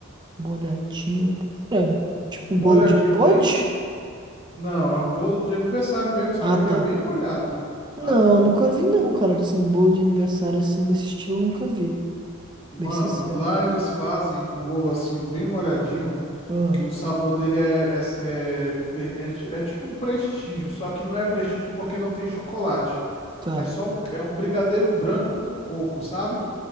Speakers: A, on the right; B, on the left.
A: Bolhadinho, cara, tipo
B: Molhadinho
A: bolo de pote?
B: bem? Não, é um bolo de aniversário mesmo, só que
A: Ah,
B: ele
A: tá.
B: é bem molhado,
A: Não,
B: sabe?
A: nunca vi não, cara, assim, bolo de aniversário assim, nesse estilo, nunca vi,
B: Mano,
A: bem sincero.
B: lá eles fazem um bolo assim bem molhadinho,
A: Ah,
B: que o sabor dele é, é, é, pre- é ti- é tipo um prestígio, só que não é prestígio porque não tem chocolate.
A: tá.
B: É só um, é um brigadeiro branco com coco, sabe?